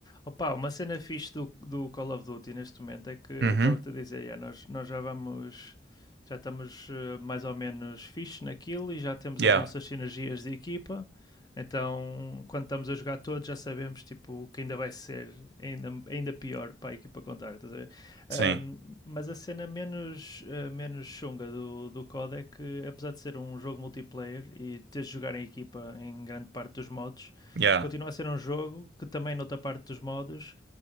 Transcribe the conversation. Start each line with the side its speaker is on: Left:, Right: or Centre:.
Left: Opa, uma cena fixe do, do Call of Duty neste momento é que
Right: Uhum.
Left: estava-te a dizer, yeah, nós, nós já vamos, já estamos eh, mais ou menos fixe naquilo e já temos
Right: Yeah.
Left: as nossas sinergias de equipa. Então, quando estamos a jogar todos, já sabemos tipo, que ainda vai ser ainda, ainda pior para a equipa contrária. estás a ver?
Right: Sim.
Left: Ahm, mas a cena menos, eh, menos chunga do, do COD é que, apesar de ser um jogo multiplayer e teres de jogar em equipa em grande parte dos modos,
Right: Yeah.
Left: continua a ser um jogo que também, noutra parte dos modos,